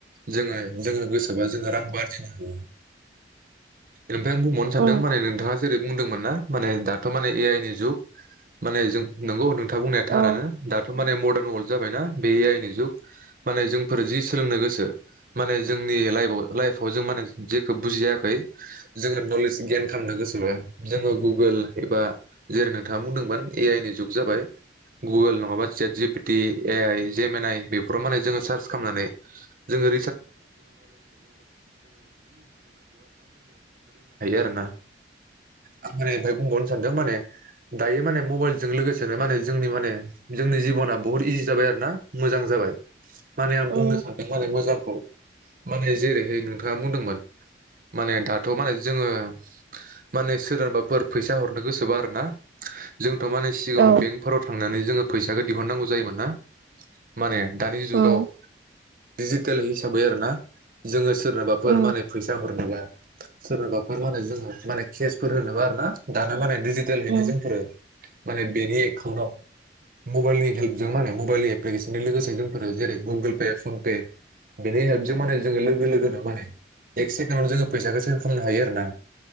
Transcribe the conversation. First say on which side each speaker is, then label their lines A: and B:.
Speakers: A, on the right; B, on the right.
A: जोङो जोङो गोसोबा जोङो रांबो आरजिनो हायो। ओमफाय आं बुंबावनो सानदों
B: औ
A: माने नोंथाङा जेरै बुंदोंमोन ना माने दाथ' माने ए आइ नि जुग माने जों नंगौ नोंथां। बुंनाया थारानो
B: औ
A: दाथ' माने मदार्न वर्ल्ड जाबायना बे ए आइ नि जुग। माने जोंफोर जि सोलोंनो गोसो माने जोंनि लाइभ लाइफाव जों माने जेखौ बुजियाखै जोङो नलेज गेइन खालामनो गोसोबा जोङो गुगोल एबा जेरै नोंथाङा बुंदोंमोन ए आइ नि जुग जाबाय गुगोल नङाबा जेट जि पिटि ए आइ जेम एन आइ बेफोराव माने जोङो सार्च खामनानै हायो आरो ना? आं माने ओमफ्राय बुंबावनो सानदों माने दायो माने मबाइलजों लोगोसेनो माने जोंनि माने जोंनि जिब'ना बुहुत इजि जाबाय आरो ना मोजां जाबाय। माने आं
B: औ
A: बुंनो सानदों माने मोजांखौ माने जेरैहाय नोंथाङा बुंदोंमोन माने दाथ' माने जोङो माने सोरनोबाफोर फैसा हरनो गोसोबा आरोना जों थ' माने सिगाङाव
B: औ
A: बेंकफोराव थांनानै जोङो फैसाखो दिहुननांगौ जायोमोन ना माने दानि जुगाव
B: उम
A: दिजिटेल हिसाबै आरोना जोङो सोरनोबाफोर
B: ओ
A: माने फैसा हरनोबा सोरनोबाफोर माने माने केसफोर होनोबा आरो <unintelligible> दानो <unintelligible> <unintelligible> हैैनो
B: ओ
A: जोंफोरो माने बेनि एकाउन्टाव मबेलनि हेल्पजों माने मबेलनि एप्लिकेसनजों लोगोसे जों जेरै गुगोल पे पन पे बेनि हेल्पजों माने जोङो लोगो लोगोनो माने एक् सेकेणडआवनो जोङो फैसाखौ सेन्स खालामनो हायो आरो ना